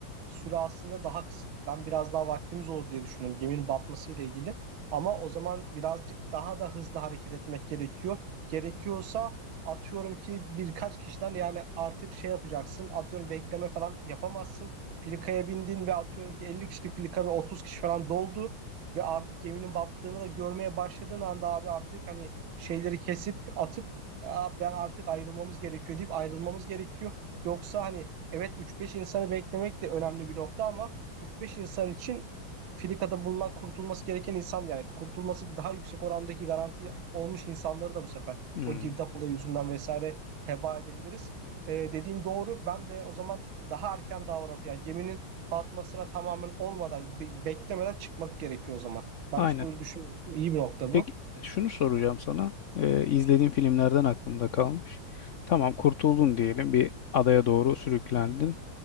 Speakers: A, on the right (about 85°); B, on the left (about 85°).
A: süre aslında daha kısıtlı Ben biraz daha vaktimiz olur diye düşünüyorum geminin batmasıyla ilgili. Ama o zaman birazcık daha da hızlı hareket etmek gerekiyor. Gerekiyorsa atıyorum ki birkaç kişiden yani artık şey yapacaksın. Atıyorum bekleme falan yapamazsın. Filikaya bindin ve atıyorum ki 50 kişilik filika ve 30 kişi falan doldu ve artık geminin battığını da görmeye başladığın anda abi artık hani şeyleri kesip atıp Aa, ben artık ayrılmamız gerekiyor deyip ayrılmamız gerekiyor. Yoksa hani evet 3-5 insanı beklemek de önemli bir nokta ama 3-5 insan için Filika'da bulunan kurtulması gereken insan yani kurtulması daha yüksek orandaki garanti olmuş insanları da bu sefer
B: Hmm,
A: o girdap olayı yüzünden vesaire heba edebiliriz. Ee, dediğin doğru. Ben de o zaman daha erken davranıp yani geminin batmasına tamamen olmadan be- beklemeden çıkmak gerekiyor o zaman. Ben
B: aynen.
A: hiç böyle düşünmemiştim. İyi bir nokta
B: Peki
A: bu.
B: şunu soracağım sana. E, izlediğin filmlerden aklımda kalmış. Tamam kurtuldun diyelim bir adaya doğru sürüklendin.